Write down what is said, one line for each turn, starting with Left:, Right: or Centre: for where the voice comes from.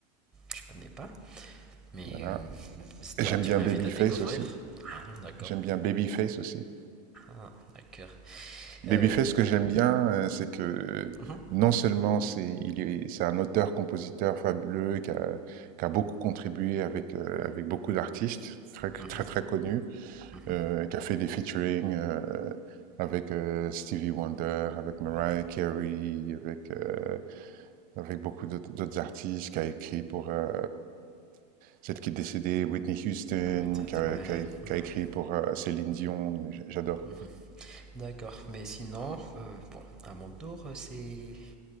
Centre: Je connais pas, mais
Right: voilà.
Centre: euh,
Right: Et
Centre: là
Right: j'aime
Centre: tu
Right: bien
Centre: m'invites
Right: Babyface
Centre: à découvrir.
Right: aussi.
Centre: Ah, d'accord.
Right: J'aime bien Babyface aussi.
Centre: Ah, d'accord.
Right: Babyface,
Centre: Euh,
Right: ce que j'aime bien, heu, c'est que, euh,
Centre: mhm,
Right: non seulement c'est il est c'est un auteur-compositeur fabuleux qui a qui a beaucoup contribué avec, heu, avec beaucoup d'artistes très
Centre: mhm,
Right: très, très connus.
Centre: mhm,
Right: euh, qui a fait des featuring euh, avec euh, Stevie Wonder, avec Mariah
Centre: ouais,
Right: Carey, avec, euh, avec beaucoup d'autres artistes, qui a écrit pour euh, celle qui est décédée, Whitney Houston,
Centre: peut-être,
Right: qui a,
Centre: ouais,
Right: qui a- qui
Centre: ouais,
Right: a écrit
Centre: ouais,
Right: pour euh, Céline Dion, j- j'adore.
Centre: mhm. D'accord, mais sinon, euh, bon, à mon tour, euh, c'est